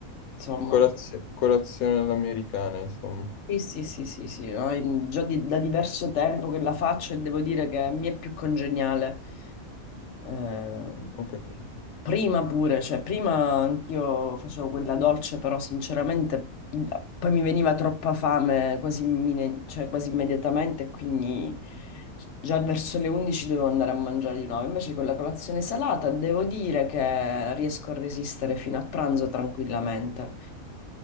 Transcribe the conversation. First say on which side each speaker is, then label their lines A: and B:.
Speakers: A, on the left; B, on the left.
A: insomma.
B: Corazio- Colazione all'americana, insomma.
A: Sì, sì, sì, sì, sì, no? È Già di- da diverso tempo che la faccio e devo dire che mi è più congeniale. Eh,
B: Ho capito.
A: prima pure, cioè prima anch'io facevo quella dolce, però sinceramente da- poi mi veniva troppa fame quasi, immine- cioè, quasi immediatamente, e quindi già verso le 11 dovevo andare a mangiare di nuovo. Invece con la colazione salata devo dire che riesco a resistere fino a pranzo tranquillamente.